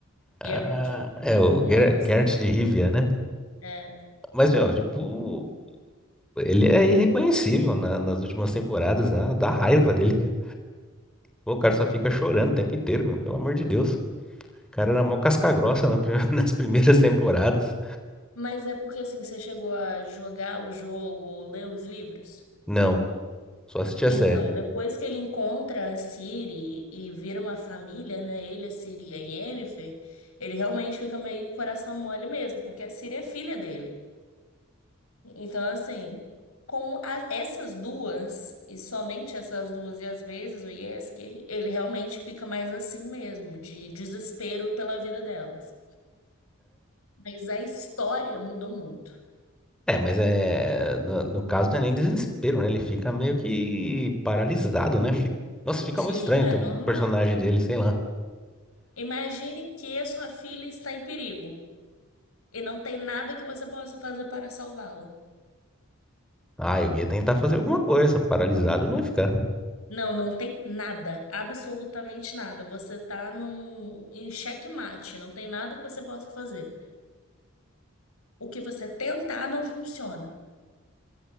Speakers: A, in the centre; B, on the left (about 85°).
A: Ah,
B: Geralt.
A: é o
B: Não,
A: Ger-
B: mas...
A: Geralt de Rivia, né?
B: É.
A: Mas, meu, tipo, ele é irreconhecível na- nas últimas temporadas, né? Dá raiva dele, cara. Pô, o cara só fica chorando o tempo inteiro, meu, pelo amor de Deus. O cara era mó casca grossa na prime- <laughs> nas primeiras temporadas.
B: Mas é porque, assim, você chegou a jogar o jogo ou ler os livros?
A: Não, só assistia a
B: Então,
A: série.
B: depois que ele encontra a Ciri e vira uma família, né? Ele, a Ciri e a Yennefer, ele realmente fica meio coração mole mesmo, porque a Ciri é filha dele. Então, assim, com a- essas duas, e somente essas duas, e às vezes o Yesker, ele realmente fica mais assim mesmo, de desespero pela vida delas. Mas a história mudou muito.
A: É, é, mas é. No, no caso não é nem desespero, né? Ele fica meio que paralisado, né? Fica- Nossa, fica
B: Sim,
A: muito estranho
B: é
A: ter
B: normal.
A: um personagem dele, sei lá.
B: Imagine que a sua filha está em perigo. E não tem nada que você possa fazer para salvá-la.
A: Ah, eu ia tentar fazer alguma coisa, paralisado eu não ia ficar.
B: Não, não tem nada, absolutamente nada. Você tá num, em xeque-mate, não tem nada que você possa fazer. O que você tentar não funciona.